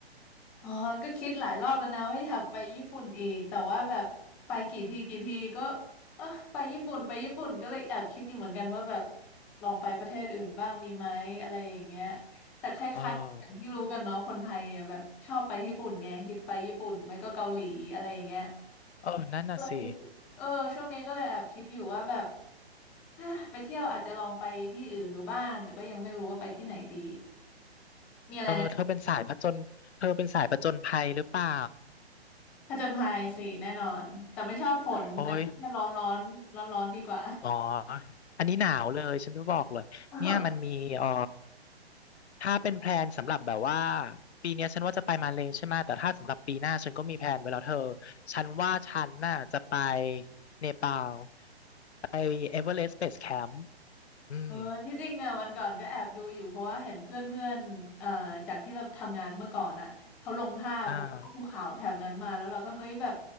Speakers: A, in the centre; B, on the left.
A: อ๋อก็คิดหลายรอบแล้วนะว่าอยากไปญี่ปุ่นอีกแต่ว่าแบบไปกี่ทีกี่ทีก็เออไปญี่ปุ่นไปญี่ปุ่นก็เลยแอบคิดอยู่เหมือนกันว่าแบบลองไปประเทศอื่นบ้างดีไหมอะไรอย่างเงี้ยแต่คล้ายๆอย่างที่รู้กันเนาะคนไทยอะแบบชอบไปญี่ปุ่นไงฮิตไปญี่ปุ่นไม่ก็เกาหลีอะไรอย่างเงี้ย
B: เออ เออนั่นน่ะสิ
A: ก็เลยเออช่วงนี้ก็เลยแอบคิดอยู่ว่าแบบ <sighs> ฮะไปเที่ยวอาจจะลองไปที่อื่นดูบ้างแต่ก็ยังไม่รู้ว่าไปที่ไหนดีมีอะไรนะ
B: เออเธอเป็นสายผจญเธอเป็นสายผจญภัยหรือเปล่า
A: ผจญภัยสิแน่นอนแต่ไม่ชอบฝนนะแค่ร้อนร้อนร้อนร้อนๆดีกว่า
B: โอ้ยอ๋ออันนี้หนาวเลยฉันจะบอกเลยเนี่ยมันมีเออ
A: เออ
B: ถ้าเป็นแพลนสำหรับแบบว่าปีเนี้ยฉันว่าจะไปมาเลใช่ไหมแต่ถ้าสำหรับปีหน้าฉันก็มีแพลนไว้แล้วเธอฉันว่าฉันน่ะจะไปเนปาลไปเอเวอเรสต์เบสแคมป์อืม
A: เออที่จริงอ่ะวันก่อนก็แอบดูอยู่เพราะว่าเห็นเพื่อนเพื่อนเอ่อจากที่เราทำงานเมื่อก่อนอ่ะเขาลงภาพแบบพวกภูเขาแถบนั้นมาแล้วเราก็เฮ้ยแบบ
B: อ่า